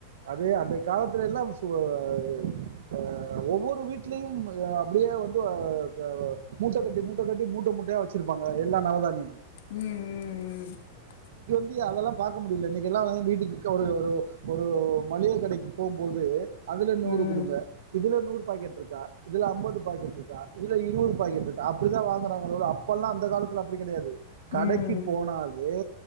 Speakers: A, on the right; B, on the left.
A: அதே அன்றை காலத்துல எல்லாம் து ஆவ் ஆ ஒவ்வொரு வீட்லயும் ஆ ப்டியே வந்து ஒ கே வா மூட்டக்கட்டி மூட்டக்கட்டி மூட்ட மூட்டையா வச்சிருப்பாங்க எல்லா நவதானியங்களும்
B: உம் உம் உம்
A: சி அதெல்லா பாக்க முடில இனைக்கெல்லாம் வீட்டுக்கு கு ஒரு ஒரு ஒரு ஓ மளிகை கடைக்கு போம்போது அதுல நூறு
B: ம் ம்
A: கொடுங்க இதுல நூறு பாக்கெட் இர்கா இதுல அம்பது பாக்கெட் இர்கா இதுல இருவது பாக்கெட் இர்கா அப்டிதா வாங்கறாங்கலோட அப்பெல்லா அந்த காலத்தில அப்டி கெடையாது கடக்கி
B: ம் ம்
A: போனாலே